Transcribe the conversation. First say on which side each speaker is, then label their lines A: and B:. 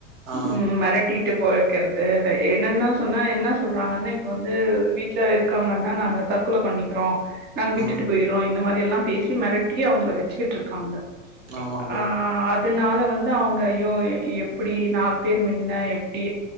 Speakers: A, on the right; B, on the right.
A: ஆ
B: உம் மராட்டி விட்டு போய்கிறது என்னென்ன சொன்னால் என்ன சொல்றாங்கன்னா இப்போ வந்து வீட்ல இருக்காங்கன்னா நாங்கள் தற்கொலை பண்ணிக்கிறோம் நாங்க விட்டுட்டு
A: ம்
B: போயறோம் இந்த மாரி எல்லாம் பேசி மிரட்டிய அவங்கள வச்சுக்கிட்டு இருக்காங்க
A: ஆமாங்க
B: ஆஹ் அத் அதனால வந்து அவங்க ஐயோ எப்டி நாலு பேர் முன்ன எப்டி